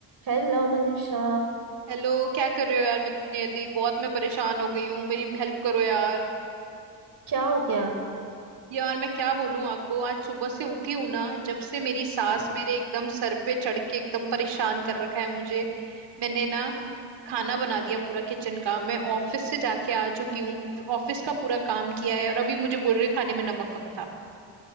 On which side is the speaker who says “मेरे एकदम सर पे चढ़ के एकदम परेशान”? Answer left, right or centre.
Right